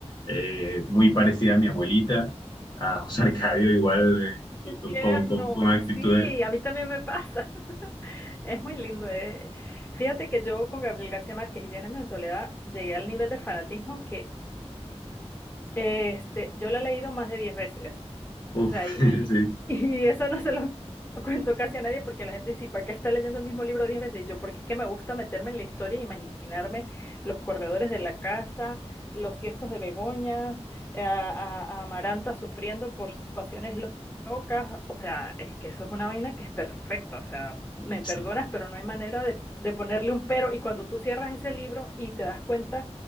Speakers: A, on the left; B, on the left.
A: eh, muy parecida a mi abuelita, a José Arcadio igual,
B: Qué
A: eh,
B: tierno,
A: con, con, con actitudes.
B: sí, a mí también me pasa. <laughs> Es muy lindo. eh. Fíjate que yo con Gabriel García Márquez y Cien años de soledad llegué al nivel de fanatismo que Este, yo lo he leído más de 10 veces,
A: Uf,
B: o sea, y,
A: <laughs> sí,
B: y eso no se lo <laughs> cuento casi a nadie porque la gente dice, ¿para qué está leyendo el mismo libro 10 veces? Y yo, porque es que me gusta meterme en la historia e imaginarme los corredores de la casa, los tiestos de begonias, a, a- a Amaranta sufriendo por sus pasiones lo- locas, o sea, es que eso es una vaina que es perfecta, o sea, me
A: sí,
B: perdonas, pero no hay manera de, de ponerle un pero, y cuando tú cierras ese libro y te das cuenta